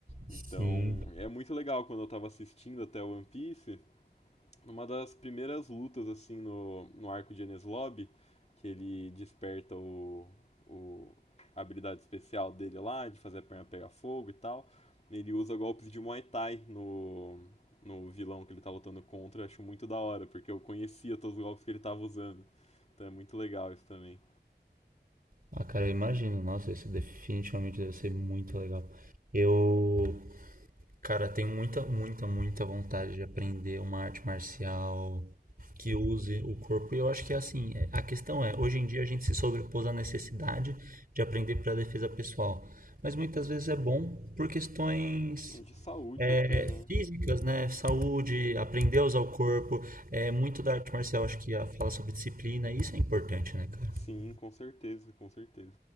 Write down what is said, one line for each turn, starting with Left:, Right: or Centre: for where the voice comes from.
Left: Então,
Right: Sim.
Left: é muito legal quando eu tava assistindo até One Piece, numa das primeiras lutas, assim, no, no arco de Enies Lobby, que ele desperta o, o, a habilidade especial dele lá, de fazer a perna pegar fogo e tal. Ele usa golpes de Muay Thai no, no vilão que ele tá lutando contra, eu acho muito da hora, porque eu conhecia todos os golpes que ele tava usando. Então é muito legal isso também.
Right: Ah, cara, eu imagino. Nossa, isso definitivamente deve ser muito legal. Eu, cara, tenho muita, muita, muita vontade de aprender uma arte marcial que use o corpo. E eu acho que é assim, é- a questão é, hoje em dia a gente se sobrepôs à necessidade de aprender para defesa pessoal. Mas muitas vezes é bom por questões
Left: De saúde
Right: é,
Left: até, né?
Right: físicas, né? Saúde, aprender a usar o corpo. É muito da arte marcial, acho que a fala sobre disciplina. Isso é importante, né, cara?
Left: Sim, com certeza, com certeza.